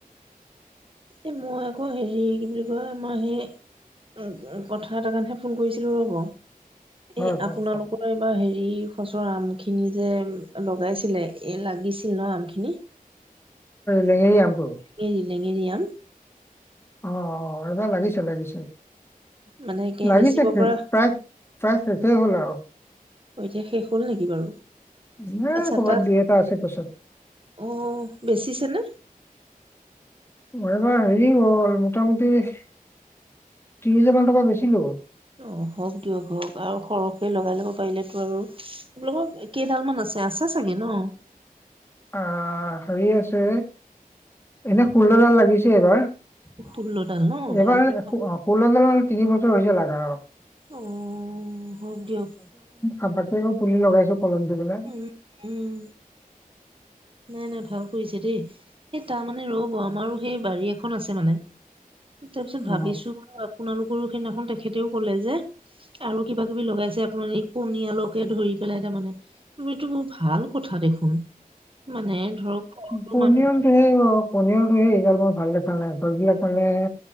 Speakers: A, on the right; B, on the left.
A: এ মই আকৌ হেৰি কি বুলি কয় মই হে কথা এটাত হে কাৰণেহে ফোন কৰিছিলো ৰ'ব।
B: হয়
A: এই
B: কওক
A: আপোনালোকৰ
B: কওক
A: এইবাৰ হে এই খচৰ আম খিনি যে লগাইছিলে এ লাগিছিল ন আম খিনি?
B: লেঙেৰি আম? <unintelligible>
A: লেঙেৰি লেঙেৰি আম
B: অ', অ' এইবাৰ লাগিছে লাগিছে।
A: মানে একে
B: লাগিছে
A: বেচিব
B: প্ৰায়
A: পৰা
B: প্ৰায় শেষে হ'ল আৰু।
A: অ' এতিয়া শেষ হ'ল নেকি বাৰু?
B: জোনা
A: আচ্ছা
B: ক'ৰবাত
A: তাত
B: দুই এটা আছে গছত।
A: অ বেচিছে নে
B: মোৰ এবাৰ হেৰি হ'ল মোটামুটি ত্ৰিশ হাজাৰ মান টকা বেছিলো।
A: অ' হওক দিয়ক হওক, আৰু সৰহকৈ লগাই ল'ব পাৰিলেতো আৰু আপোনলোকৰ কেইডাল মান আছে। আছে চাগে ন?
B: অ' হেৰি আছে এনে ষোল্লডাল লাগিছে। <inaudible>
A: ষোল্লডাল ন
B: এইবাৰ
A: ভালকে
B: ষো ষোল্ল ডালমান তিনি বছৰ হৈছে লাগা আৰু
A: অঅ, হওক দিয়ক
B: আ, বাকী আকৌ পুলি লগাইছো কলম দি পেলায়।
A: উম উম নাই, নাই ভাল কৰিছে দেই। এ, তাৰ মানে ৰ'ব আমাৰো সেই বাৰী এখন আছে মানে তাপিছত ভাবিছো
B: অ
A: বোলোঁ, আপোনালোকৰো সেইদিনাখন তেখে তেখেতেও ক'লে যে, আৰু কিবা কিবি লগাইছে আপোনাৰ এই পনিয়লকে ধৰি পেলাই তাৰমানে, এইটো ভাল কথা দেখোন। মানে ধৰক ফলটো
B: পনিয়লটো
A: মানুহৰ
B: হে, অ' পনিয়লটো <inaudible> ভাল দেখা নাই, ফুলবিলাক মানে